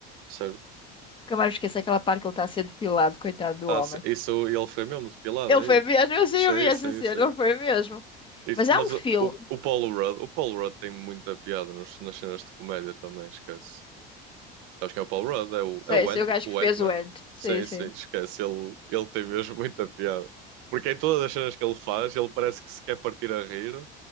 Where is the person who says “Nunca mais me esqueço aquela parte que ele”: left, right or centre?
Left